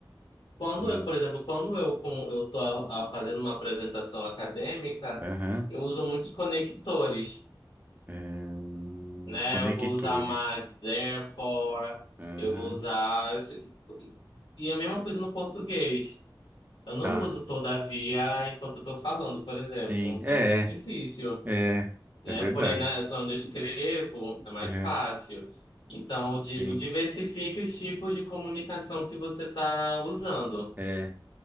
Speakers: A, on the left (about 75°); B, on the right (about 20°).
A: quando
B: Hum,
A: eu, por exemplo, quando eu, com- eu tô a- a- fazendo uma apresentação acadêmica,
B: Aham,
A: eu uso muitos conectores,
B: hum,
A: né?
B: conectores.
A: Eu vou usar mais therefore,
B: Aham,
A: eu vou usar... esse- E a mesma coisa no português. Eu não
B: tá.
A: uso todavia enquanto eu tô falando, por exemplo.
B: Sim, é,
A: É muito difícil,
B: é, é
A: né?
B: é verdade.
A: Porém, na- quando eu escrevo, é mais
B: Uhum,
A: fácil. Então, eu digo,
B: Sim,
A: diversifique os tipos de comunicação que você está usando.
B: é,